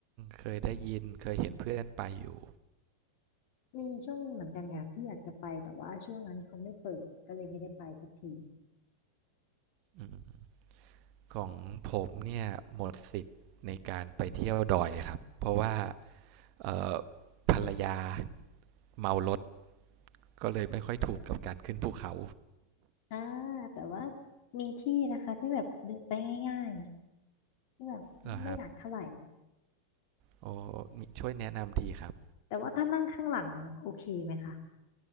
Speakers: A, on the right; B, on the left.
A: เคยได้ยินเคยเห็นเพื่อนไปอยู่
B: มีช่วงหนึงเหมือนกันค่ะที่อยากจะไปแต่ว่าช่วงนั้นเขาไม่เปิดก็เลยไม่ได้ไปสักที
A: อืมของผมเนี่ยหมดสิทธิ์ในการไปเที่ยวดอยเลยครับ เพราะว่าเอ่อภรรยาเมารถก็เลยไม่ค่อยถูกกับการขึ้นภูเขา
B: อ่าแต่ว่ามีที่นะคะที่แบบเดินไปง่ายๆที่แบบไม่หนักเท่าไหร่
A: เหรอฮะ โอ้ มีช่วยแนะนำทีครับ
B: แต่ว่าถ้านั่งข้างหลังโอเคไหมคะ